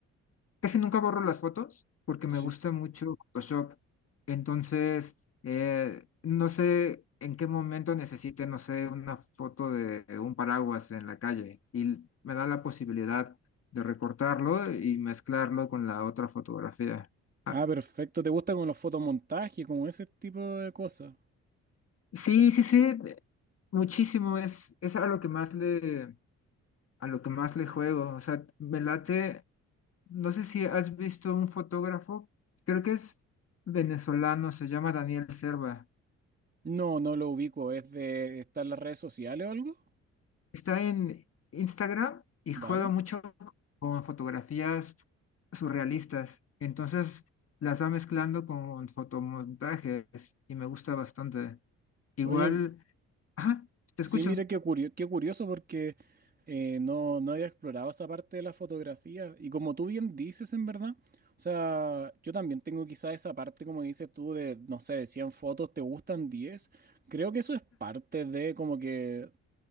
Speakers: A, on the left (about 50°); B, on the right (about 30°).
A: Casi nunca borro las fotos porque me
B: sí.
A: gusta mucho Photoshop. Entonces, eh, no sé en qué momento necesite, no sé, una foto de un paraguas en la calle y me da la posibilidad de recortarlo y mezclarlo con la otra fotografía. Ah,
B: Ah, perfecto. ¿Te gusta como los fotomontajes, como ese tipo de cosas?
A: sí, sí, sí, de- muchísimo. Es, es a lo que más le, a lo que más le juego. O sea, me late No sé si has visto un fotógrafo, creo que es venezolano, se llama Daniel Serva.
B: No, no lo ubico. ¿Es de estar en las redes sociales o algo?
A: Está en Instagram y
B: Vale.
A: juega mucho con fotografías surrealistas. Entonces las va mezclando con fotomontajes y me gusta bastante. Igual,
B: Oye,
A: ajá, te escucho,
B: sí, mira qué curio- qué curioso porque eh, no, no había explorado esa parte de la fotografía. Y como tú bien dices, en verdad, o sea, yo también tengo quizás esa parte, como dices tú, de, no sé, de 100 fotos, ¿te gustan 10. Creo que eso es parte de como que